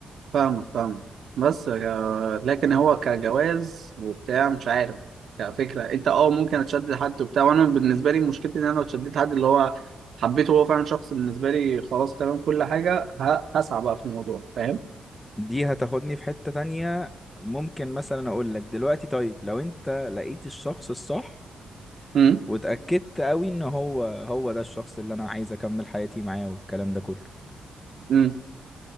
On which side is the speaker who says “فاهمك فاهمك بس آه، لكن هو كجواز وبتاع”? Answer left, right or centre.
Right